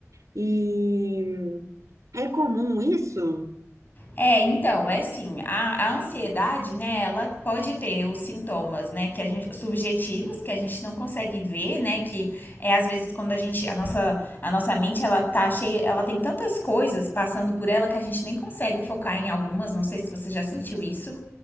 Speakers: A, on the right (about 85°); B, on the left (about 35°).
A: E é comum isso?
B: É, então, é assim, a, a ansiedade, né, ela pode ter os sintomas, né, que a gente, os subjetivos, que a gente não consegue ver, né, que é às vezes quando a gente, a nossa, a nossa mente, ela tá cheia, ela tem tantas coisas passando por ela que a gente nem consegue focar em algumas, não sei se você já sentiu isso,